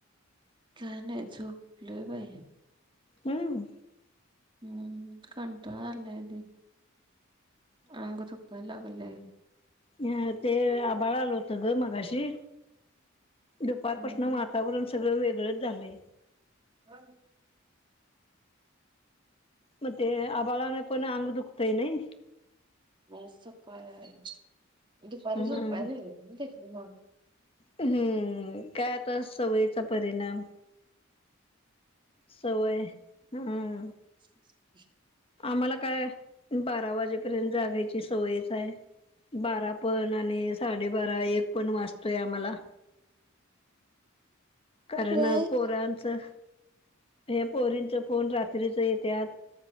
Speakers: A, on the right; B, on the left.
A: काय नाय, झोपलोय बाय.
B: हम्म.
A: हम्म, कंटाळा आलाय लय. अंग धुपाय लागलंय.
B: ह, ते आबाळ आलं होतं ग मगाशी. दुपारपसन
A: हम्म
B: वातावरण सगळं वेगळंच झालंय.
A: होय.
B: म ते आबाळाने पण अंग दुखतय नाय?
A: पाऊसच सकाळ. <unintelligible> दुपार
B: हम्म
A: झोपायलेग. <unintelligible>
B: हम्म, काय आता सवयीचा परिणाम. सवय, हम्म.
A: <unintelligible>
B: आम्हाला काय, बारा वाजेपर्यंत जागायची सवयच हाय. बारा पण, आणि साडेबारा एक पण वासतोय आम्हाला. कारण
A: नाही.
B: पोरांचं, हे पोरींचं फोन रात्रीच येत्यात.